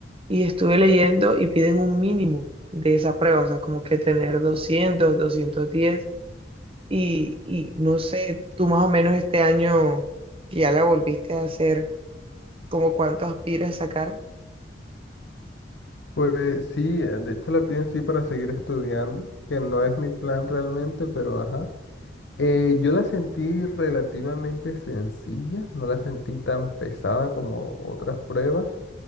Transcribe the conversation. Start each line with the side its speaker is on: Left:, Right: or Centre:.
Right: y estuve leyendo y piden un mínimo de esa prueba, o sea, como que tener doscientos doscientos diez y, y no sé, tú más o menos este año que ya la volviste a hacer, como cuánto aspiras a sacar.
Left: pues sí, eh, de hecho la piden sí para seguir estudiando, que no es mi plan realmente, pero ajá. Eh, yo la sentí relativamente sencilla, no la sentí tan pesada como otras pruebas